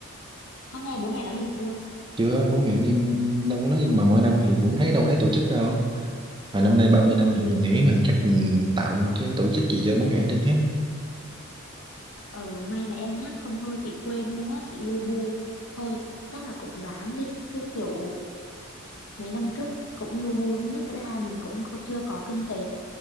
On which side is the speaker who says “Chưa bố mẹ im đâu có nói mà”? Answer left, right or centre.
Right